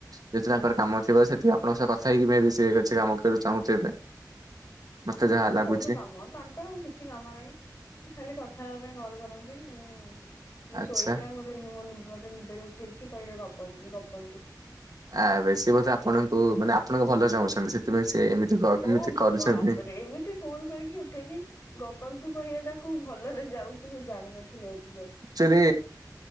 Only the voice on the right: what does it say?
ଯଦି ତାଙ୍କର କାମ ଥିବ ସେଥିପି ଆପଣଙ୍କ ସହ କଥା ହେଇକି ମେଏଁ ବି ସେ କିଛି କାମ କରିବାକୁ ଚାହୁଁଥ ଏବେ। ମତେ
ଯାହା ଲାଗୁଛି।
ଆଚ୍ଛା।
ଆ ସିଏ ବୋଧେ ଆପଣଙ୍କୁ ମାନେ ଆପଣଙ୍କ ଭଲ ଚାହୁଁଛନ୍ତି ସେଥିପାଇଁ ସେ ଏମିତି ଏମିତି
କରୁଛନ୍ତି।
ଆକ୍ଚୁଆଲି